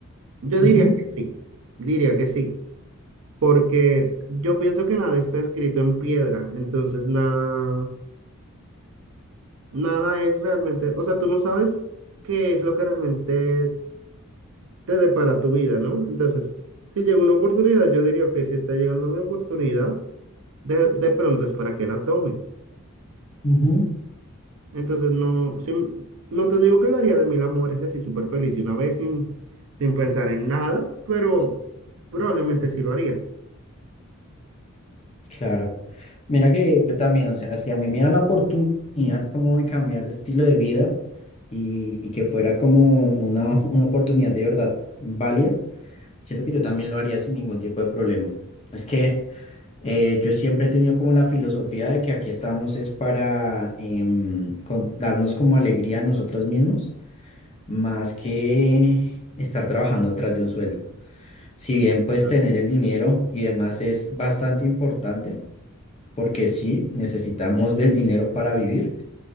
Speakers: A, on the right; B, on the left.
A: yo
B: Ujú,
A: diría que sí, diría que sí, porque yo pienso que nada está escrito en piedra, entonces nada. Nada es realmente, o sea, tú no sabes qué es lo que realmente te depara tu vida, ¿no? Entonces, si llega una oportunidad, yo diría que si está llegando mi oportunidad, de, de pronto es para que la tome.
B: ujú,
A: Entonces, no, si m- no te digo que lo haría de mil amores y así súper feliz y una vez sin, sin pensar en nada, pero probablemente sí lo haría.
B: Claro. Mira que yo también, o sea, si a mí me dieran la oportunidad como de cambiar de estilo de vida y, y que fuera como una, <laughs> una oportunidad de verdad válida, siento que yo también lo haría sin ningún tipo de problema. Es que eh, yo siempre he tenido como la filosofía de que aquí estamos es para em, con- darnos como alegría a nosotros mismos, más que estar trabajando detrás de un sueldo. Si
A: Sí,
B: bien pues
A: Ah.
B: tener el dinero y demás es bastante importante porque sí, necesitamos del dinero para vivir,